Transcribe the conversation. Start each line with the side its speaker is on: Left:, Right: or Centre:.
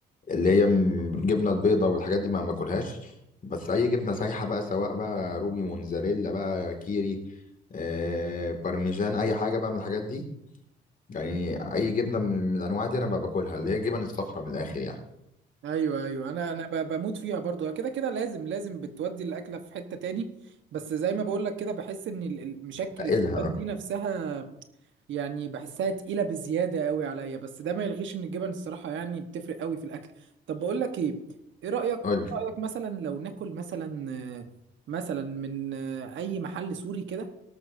Left: اللي هي م- الجبنه البيضاء والحاجات دي ما باكلهاش بس اي جبنه سايحه بقى سواء بقى رومي موزاريلا بقى كيري آه بارميجان اي حاجه بقى من الحاجات دي يعني اي جبنه من من الانواع دي انا بقى باكلها اللي هي الجبن الصفراء من الاخر يعني
Right: ايوه ايوه انا انا ب- بموت فيها برضو كده كده لازم لازم بتودي الاكله في حته تاني بس زي ما بقول لك كده بحس ان ال- ال- مشكل
Left: بتقلها
Right: الجبن دي نفسها يعني بحسها تقيله بزياده قوي عليا بس ده ما يلغيش ان الجبن الصراحه يعني بتفرق قوي في الاكل طب بقول لك ايه ايه رايك إيه
Left: قول لي
Right: رايك مثلا لو ناكل مثلا آه، مثلا من آه، اي محل سوري كده